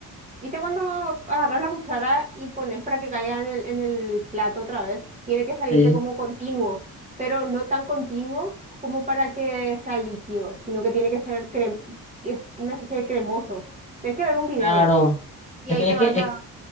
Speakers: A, on the right; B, on the left.
A: ¿Viste cuando agarras la cuchara y pones para que caiga en el, en el plato otra vez? Tiene que salirte
B: Sí,
A: como continuo, pero no tan continuo como para que sea líquido, sino que tiene que ser cre- es una especie de cremoso. Tienes que ver un video.
B: claro.
A: Y
B: Es
A: ahí
B: que,
A: te
B: es
A: vas
B: que,
A: a